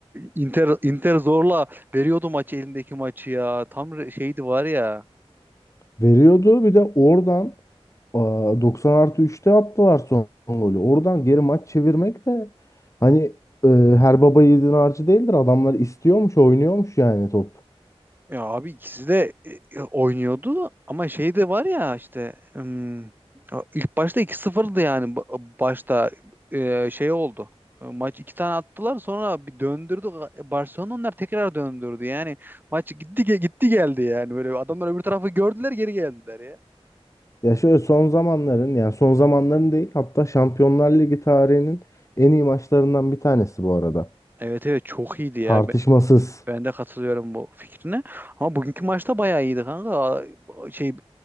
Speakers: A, on the right (about 20°); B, on the left (about 30°).
A: Inter Inter zorla veriyordu maçı elindeki maçı ya. Tam re- şeydi var ya.
B: Veriyordu bir de oradan Aa, 90 artı 3'te attılar son golü. Oradan geri maç çevirmek de hani e, her baba yiğidin harcı değildir. Adamlar istiyormuş, oynuyormuş yani top.
A: Ya abi ikisi de e, e, oynuyordu ama şey de var ya işte ım, ilk başta iki 0dı yani Ba- başta e, şey oldu. E, Maç iki tane attılar sonra bir döndürdü. Barcelona onlar tekrar döndürdü. Yani maç gitti ge- gitti geldi yani böyle adamlar öbür tarafı gördüler geri geldiler ya.
B: Ya şöyle son zamanların yani son zamanların değil hatta Şampiyonlar Ligi tarihinin en iyi maçlarından bir tanesi bu arada.
A: Evet evet çok iyiydi ya.
B: Tartışmasız.
A: Ben de katılıyorum bu fikrine. Ama bugünkü maçta bayağı iyiydi kanka. Şey e,